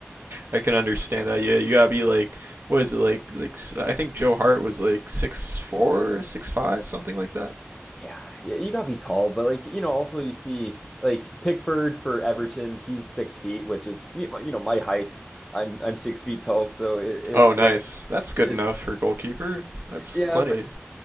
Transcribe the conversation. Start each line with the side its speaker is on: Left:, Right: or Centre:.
Right: I can understand that. Yeah, you gotta be like, what is it like? Like s- I think Joe Hart was like six four, six five, something like that.
Centre: Yeah, y- you gotta be tall, but like you know, also you see like Pickford for Everton, he's six feet, which is you know you know, my height. I'm I'm six feet tall, so it, it's
Right: Oh, nice.
Centre: uh,
Right: That's good
Centre: it
Right: enough for goalkeeper. That's
Centre: yeah,
Right: plenty.
Centre: but